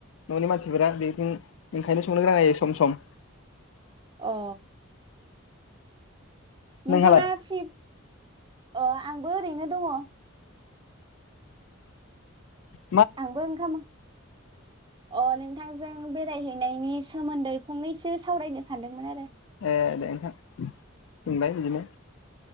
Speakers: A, on the left; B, on the right.
A: न'नि मानसिफोरा बेदिं ओंखायनो संनो गोनां जायो सम सम
B: अ नोंथाङा
A: नोंहालाय
B: फ्रि अ आंबो ओरैनो दङ
A: औ
B: आंबो ओंखाम अ नोंथांजों बेरायहैनायनि सोमोन्दै फंनैसो सावरायनो सानदोंमोन आरो
A: ए दे नोंथां सोंलाय बिदिनो